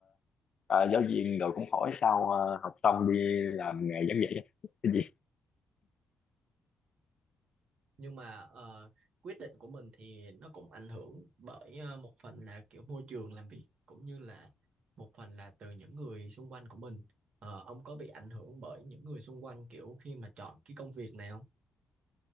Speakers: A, on the left (about 45°); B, on the right (about 65°).
A: à, giáo viên rồi cũng hỏi sao à, học xong đi làm nghề giảng dạy cái gì
B: nhưng mà ờ, quyết định của mình thì nó cũng ảnh hưởng bởi ờ, một phần là kiểu môi trường làm việc cũng như là một phần là từ những người xung quanh của mình Ờ, ông có bị ảnh hưởng bởi những người xung quanh kiểu khi mà chọn cái công việc này không